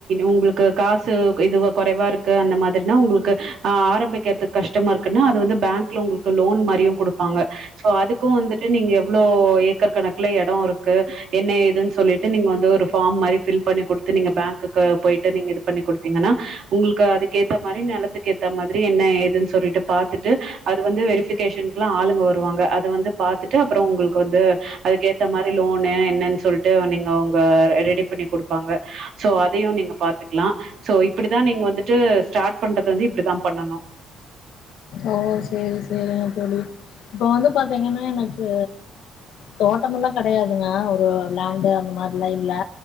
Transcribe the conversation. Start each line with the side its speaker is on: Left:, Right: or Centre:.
Right: உங்களுக்கு காசு இது கொறைவா இருக்கு அந்த மாதிரினா உங்களுக்கு ஆ ஆரம்பிக்கறதுக்கு கஷ்டமா இருக்குன்னா அது வந்து பேங்க்ல உங்களுக்கு லோன் மாரியு குடுப்பாங்க சோ அதுக்கு வந்துட்டு நீங்க எவ்ளோ ஏக்கர் கணக்குல எட இருக்கு என்ன ஏதுன்னு சொல்லிட்டு நீங்க வந்து ஒரு ஃபார்ம் மாரி ஃபில் பண்ணி கொடுத்து நீங்க பேங்க்குக்கு போய்ட்டு நீங்க இது பண்ணி குடுத்தீங்கன்னா உங்களுக்கு அதுக் ஏத்த மாரி நெலத்துக்கு ஏத்த மாதிரி என்ன ஏதுன் சொல்லிட்டு பாத்து ட்டு அது வந்து வெரிபிகேஷன்குலா ஆளுங்க வருவாங்க அது வந்து பாத்துட்டு அப்புற உங்களுக்கு வந்து அதுக்கேத்த மாரி லோனு என்னன் சொல்லிட்டு நீங்க உங்க ரெடி பண்ணி குடுப்பாங்க சோ அதயு நீங்க பாத்துக்கலா சோ இப்டிதா நீங்க வந்துட்டு ஸ்டார்ட் பண்றது வந்து இப்டிதா பண்ணணு
Left: ஓ சேரி சேரிங்க தோழி இப்ப வந்து பாத்தீங்கன்னா எனக்கு தோட்டமெல்லா கெடையாதுங்க ஒரு லாண்டு அந்த மா லைன்ல